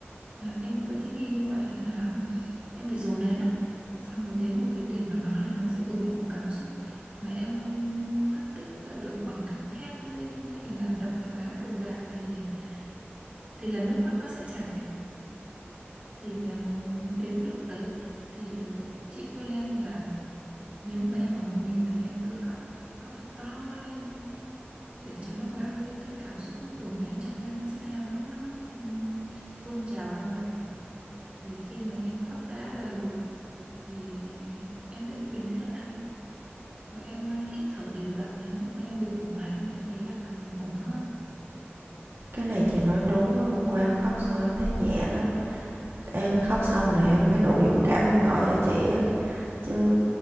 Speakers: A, on the right (about 30°); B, on the right (about 65°).
A: à, em cũng phải thích nghi như vậy nên là em bị dồn nén lắm xong rồi đến một cái điểm nào đó là nó sẽ bùng nổ cảm xúc mà em không phát tiết ra được bằng cách hét lên hay là đập phá đồ đạc thì thì là nước mắt nó sẽ chảy thì ừm, đến cái lúc đấy thì ờ, chị khuyên em là nếu như mà em ở một mình thì em cứ khóc khóc thật to lên để cho nó bao nhiêu cái cảm xúc nó dồn nén trong em nó sẽ theo nước mắt nó ừm, tuôn trào ra ngoài thì khi mà em khóc đã đời rồi thì em sẽ, sẽ bình tĩnh lại và em ờ, hít thở đều đặn đến lúc mà em bình ổn lại em sẽ thấy là mình ổn hơn
B: Cái này chị nói đúng á, hôm qua em khóc xong em thấy nhẹ lắm, em khóc xong rồi em mới đủ dũng cảm em gọi cho chị á. chứ